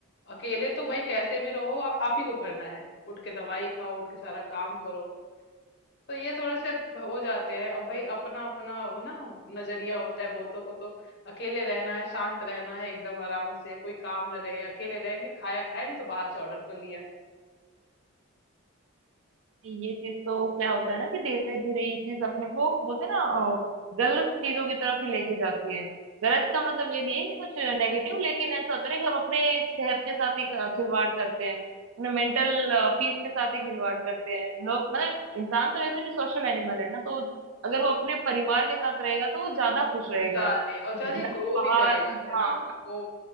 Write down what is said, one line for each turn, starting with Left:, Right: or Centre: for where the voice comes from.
Left: अकेले तो भाई कैसे भी रहो आ- आप ही को करना है उठ के दवाई खाओ उठ के सारा काम करो तो ये थोड़े से हो जाते हैं अब भाई अपना अपना वो ना नजरिया होता है बहुतों को तो अकेले रहना है शांत रहना है एकदम आराम से कोई काम न रहे अकेले रहेंगे खाया खाया नहीं तो बाहर से ऑर्डर कर लिया
Right: ये चीज तो क्या होता है ना कि धीरे धीरे ये चीज अपने को बोलते हैं ना अ, गलत चीजों की तरफ ही लेके जाती है गलत का मतलब ये नहीं है कि कुछ नेगेटिव लेकिन ऐसा होता है ना कि हम अपने सेहत के साथ ही अ, खिलवाड़ करते हैं अपने मेंटल पीस के साथ ही खिलवाड़ करते हैं लोग मतलब इंसान तो वैसे भी सोशल एनिमल है ना तो अगर वो अपने परिवार के साथ रहेगा तो वो ज्यादा खुश रहेगा
Left: ज्यादा और ज्यादा
Right: ना
Left: ग्रो
Right: बाहर
Left: भी करेगा है
Right: हाँ
Left: ना वो